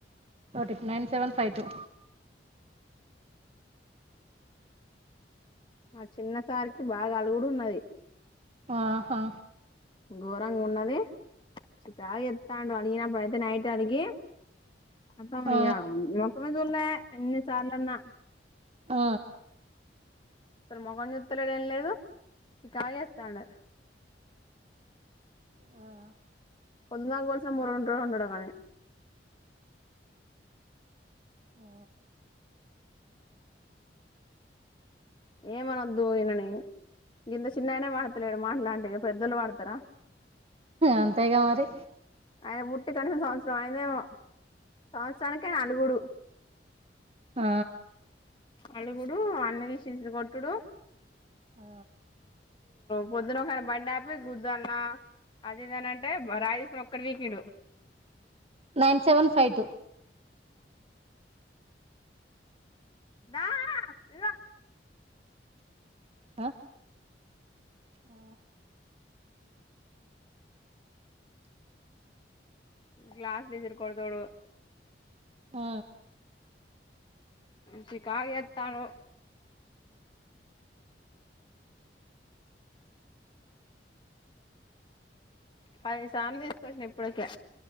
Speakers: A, on the right; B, on the left.
A: ఓటి నైన్ సెవెన్ ఫైవ్ టూ
B: ఆ చిన్న సారికి బాగా అలుగు ఉన్నది
A: ఆహా
B: ఘోరంగా ఉన్నది చికగా ఎస్తాడు అడిగినప్పుడు అయితే నైట్ అడిగి అదామ్యా
A: ఆ
B: మోకుమ చూలే ఇ చార్న్న
A: ఆ
B: అసలు మఖం చుతులేడు ఏం లేదు చీకగు చేతండు
A: ఆ
B: పోదునదాకా కొలశిన ఓడవ రడుడా కానీ
A: ఆ
B: ఏమనొద్దు ఈయనని గింత చిన్నగానే మాడుతలేడు మాట్లాంటి పెద్దలు వాతారా
A: అంతయగా మరి
B: ఆయన పుట్టి కనీసిన సంవత్సరం ఆయందేమో సంవత్సరానికి నలుగుడు
A: ఆ
B: అలుగుడు అన్ని తీషించడు కొట్టుడు
A: ఆ
B: పొద్దున కాని బండి ఆపి గుదున్న అదిందనంటే రాయి తీసుకు అక్కడవీకి ఇడు
A: నైన్ సెవెన్ ఫైవ్
B: దా ఇవా
A: ఆ ఆ
B: గ్లాస్లుసిర్కడదోడు
A: ఆ
B: చ కా ఎత్తను పది సార్లు తీసుకొచ్చిన ఎప్పటిక